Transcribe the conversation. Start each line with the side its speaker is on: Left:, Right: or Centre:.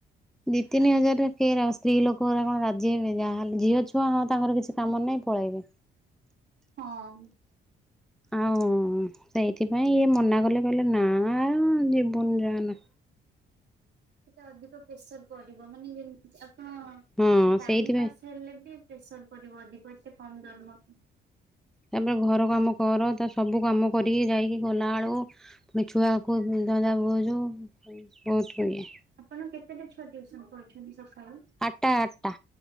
Centre: ଦି ତିନି ହଜାର ରେ କିଏ ହେରା ଆଉ ସ୍ତ୍ରୀ ଲୋକରା କଣ ରାଜି ହେବେ ଯାହାହେଲେ ଝିଅ ଛୁଆ ହଁ ତାଙ୍କର କିଛି କାମ ନାହିଁ ପଳେଇବେ।
Right: ହଁ।
Centre: ଆଉ ସେଇଥିପାଇଁ ଇଏ ମନା କଲେ, କହିଲେ ନା ଯିବୁନି ଯାଆନା।
Right: ସେତେ ଅଧିକ ପ୍ରେସର ପଡିବ। ମାନେ ଯେମତି ଆପଣ
Centre: ହଁ
Right: ଟାଇମ୍
Centre: ସେଇଥିପାଇଁ
Right: ପାସ୍ ହେଲେ ବି ପ୍ରେସର୍ ପଡିବ ଅଧିକ ଏତେ କମ୍ ଦରମାକୁ।
Centre: ତାପରେ ଘର କାମ କର, ତା ସବୁ କାମ କରିକି ଯାଇକି ଗଲା ବେଳକୁ ପୁଣି ଛୁଆକୁ ଧନ୍ଦା ବୁଝୁ। ବହୁତ୍ ଇଏ।
Right: ଆପଣ କେତେଟା ଛୁଆ ଟିଉସନ୍ କରୁଛନ୍ତି ସଖାଳୁ?
Centre: ଆଟା ଆଟା।